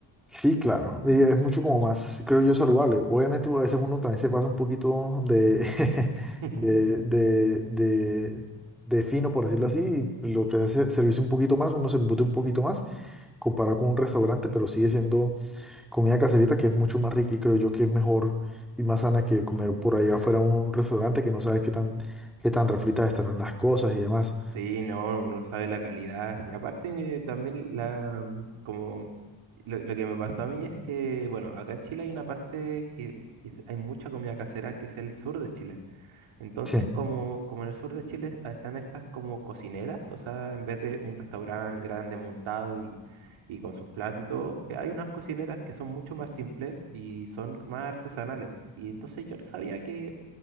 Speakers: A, in the centre; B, on the right.
A: sí, claro, y es mucho como más, creo yo, saludable. Obviamente, a veces uno también se pasa un poquito de, <laughs>
B: <laughs>
A: de, de, de, de fino, por decirlo así, y lo que hace es servirse un poquito más, uno se embute un poquito más, comparado con un restaurante, pero sigue siendo comida caserita que es mucho más rica y creo yo que es mejor y más sana que comer por ahí afuera en un restaurante que no sabes qué tan, qué tan refritas estarán las cosas y demás.
B: Sí, no, uno sabe la calidad. Y aparte eh, también la mm, como lo, lo que me pasó a mí es que, bueno, acá en Chile hay una parte que, que es- hay mucha comida casera que es el sur de Chile. Entonces,
A: Sí,
B: como, como en el sur de Chile ah, están estas como cocineras, o sea, en vez de un restaurante grande montado y, y con sus platos y todo, eh, hay unas cocineras que son mucho más simples y son más artesanales. Y entonces yo no sabía que,